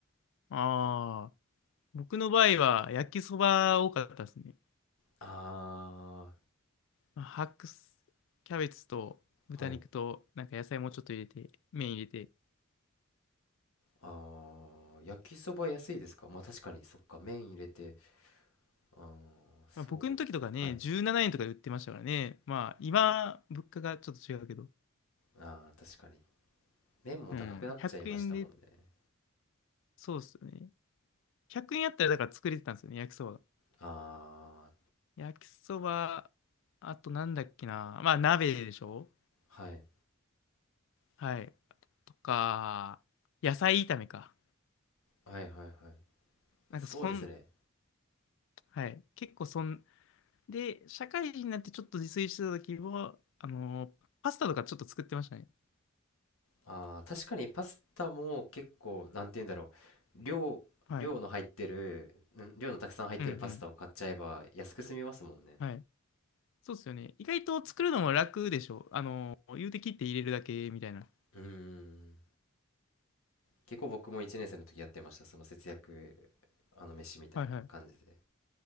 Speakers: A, on the left; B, on the left.
A: ああ、僕の場合は焼きそば多かったですね。
B: あ
A: まあ白菜、キャベツと豚肉となんか野菜もうちょっと入れて、
B: ーはい
A: 麺入れて。
B: あー焼きそば安いですかまあ確かにそっか麺入れてあーそうですはい
A: まあ、僕の時とかね、17円とかで売ってましたからね。まあ今、物価がちょっと違うけど。
B: あー確かに麺も高くなっちゃいましたもんね
A: うん、100円で、そうっすよね。100円あったらだから作れてたんですよね、焼きそばが。
B: あ
A: 焼きそば、あとなんだっけな。まあ鍋でしょ
B: ーはい
A: はい。とか、野菜炒めか。
B: はいはいはい
A: なんかそん、
B: そうですね
A: はい。結構そん、で、社会人になってちょっと自炊してた時は、あのーパスタとかちょっと作ってましたね。
B: ああ、確かにパスタも結構、なんて言うんだろう。量、
A: はい。
B: 量の入ってる、ん量のたくさん入ってるパスタを買っちゃえば安く済みますもんね。
A: うんうん。はい。そうっすよね。意外と作るのも楽でしょ。あのー言うて切って入れるだけみたいな。
B: うーん。結構僕も1年生の時やってました。その節約、あの、飯みたいな感じで。
A: はいはい。